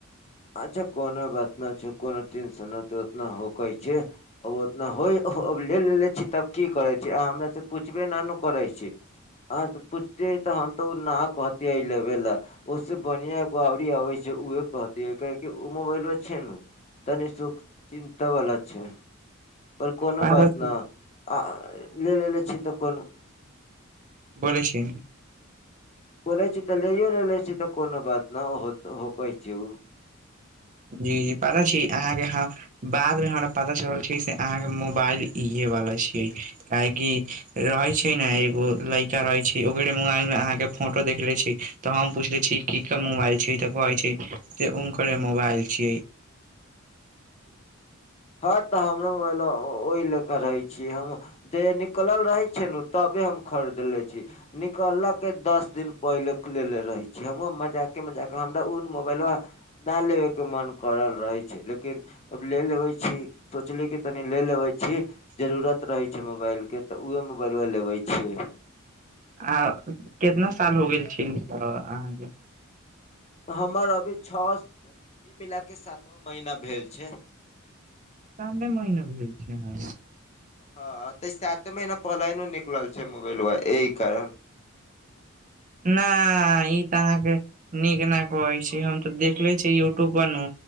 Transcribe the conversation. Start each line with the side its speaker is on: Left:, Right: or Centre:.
Left: अच्छा कुनु बात नहि छैय कुनु टेंशन उतना होक छैय उतना होय ले ले छीय तब की करै छीय अहाँ हमर से पूछबे न न करै छीये। अहा पूछतियै तऽ हम तऽ ओ न कहतिये लेबे ले। ओसे बढ़िया एगो ओरी आबे छैय उहे कहत कह ओ मोबाइल व छैय ने तनी सुख चिन्ता वला छैय। पर कुनु
Right: पता
Left: बात
Right: छै
Left: न अ आ ले लेे छी तऽ कोनो
Right: बोले छी।
Left: बोले छी तऽ लेयो ले ले छी तऽ कोनो बात न होक छैय उ-
Right: जी जी पागल छी अहाँके हा बाद मे हमरा पता चलल छैय से अहाँके मोबाइल इहे वला छियै। काहेकि रहै छैय ने एगो लड़का रहै छैय ओकरे मोबाइल मे अहाँ के फोटो देखले छी। तऽ हम पूछले छीय की के मोबाइल छले ते कहे छैय से हुनकरे मोबाइल छिये।
Left: हाँ तऽ हमरो मोबाईलवा ओहि ले क रहै छीयै हम जे निकलल रहे छैय नऽ तबे हम खरीदले छी। निकलऽ के दस दिन पहिले लेेले रहै छीयै हमू मजाक के मजाक हमरा उन मोबाइलबा ना लेबे के मन करल रहे छैय लेकिन अब ले लेबे छी सोचली की तनी ले लेबे छी जरूरत रहे छैय मोबाइल के। तऽ उहे मोबाइलवा लेबे छियै।
Right: आ कितना साल हो गेल छिन अहाँके।
Left: हमर अभी छओ स <inaudible> ई मिलााक सातवां महीना भेल छै।
Right: साते महीने भेल छी अहाँ
Left: हाँ त ई साते महीना पहिलेउ ने निकलल छै मोबाइलवा एइ कारण।
Right: न ई त अहाँके नीक ना कहै छी। हम त देखले छी यूट्यूब पर नू